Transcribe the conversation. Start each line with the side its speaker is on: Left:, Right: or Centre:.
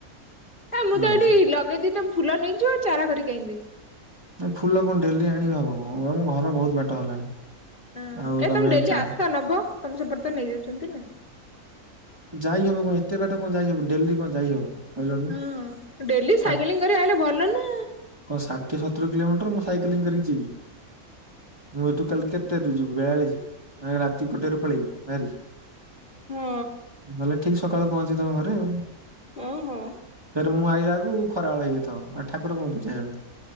Left: ଏ ମୁଁ
Right: ହୁଁ
Left: ତ ଏଇଠି ଲଗେଇଦେବି ତମେ ଫୁଲ ନେଇଯିବ ଆଉ ଚାରା କରିକି କାଇଁ ଦେବି?
Right: ଏ ଫୁଲ କଣ ଡେଲି ଆଣିହବ ମୋ ଘର ବହୁତ ବାଟ ହେଲାଣି।
Left: ହଁ
Right: ଆଉ
Left: କାଇ ତମେ ଡେଲି
Right: ଚାରା
Left: ଆସ ନବ ତମ ସେପଟେ ତ ନେଇଯାଉଛନ୍ତି ନା।
Right: ଯାଇ ହବ କଣ ଏତେ ବାଟ କଣ ଯାଇ ହବ ଡେଲି କଣ ଯାଇ ହବ? କହିଲ ଟିକେ?
Left: ହୁଁ ଡେଲି
Right: ଷା-
Left: ସାଇକେଲିଙ୍ଗ କରି ଆଇଲେ ଭଲ ନା।
Right: କଣ ଷାଠିଏ, ସତୁରୀ କିଲୋମିଟର ମୁଁ ସାଇକେଲିଙ୍ଗ କରିକି ଯିବି। ମୁଁ ଏଠୁ ତାହେଲେ କେତେରୁ ଯିବି ବେଳା ବେଳି ଯିବି ନା ରାତି ଗୋଟେରୁ ପଳେଇବି ବାହାରିକି?
Left: ହଁ
Right: ଵଲେ ଠିକ୍ ସକାଳେ ପହଞ୍ଚିବି ତମ ଘରେ ଆଉ।
Left: ଉଁ ହୁଁ।
Right: ଫେର ମୁଁ ଆଇଲା ବେଳକୁ ଖରାବେଳ ହେଇଯାଇଥିବ ଆଉ ଠାକୁର କଣ ପୂଜା ହେବେ।